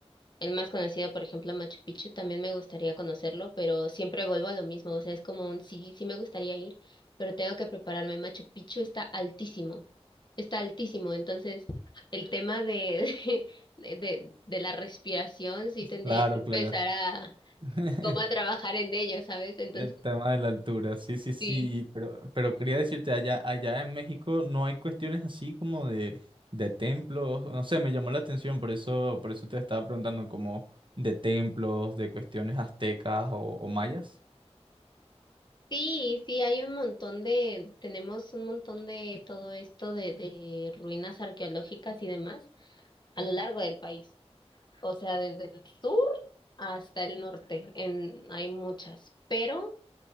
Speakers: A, on the left; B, on the right.
A: El más conocido, por ejemplo, Machu Picchu, también me gustaría conocerlo, pero siempre vuelvo a lo mismo, o sea, es como un sí, sí me gustaría ir, pero tengo que prepararme. Machu Picchu está altísimo, está altísimo, entonces el tema de, <laughs> de, de, de la respiración sí tendría
B: Claro,
A: que empezar
B: claro.
A: a,
B: <laughs>
A: como a trabajar en ello, ¿sabes? Entonces,
B: El tema de la altura, sí, sí, sí,
A: sí.
B: pero, pero quería decirte, allá, allá en México no hay cuestiones así como de, de templos, no sé, me llamó la atención, por eso, por eso te estaba preguntando como de templos, de cuestiones aztecas o, o mayas.
A: Sí, sí, hay un montón de, tenemos un montón de todo esto de, de ruinas arqueológicas y demás a lo largo del país. O sea, desde el sur hasta el norte, en, hay muchas, pero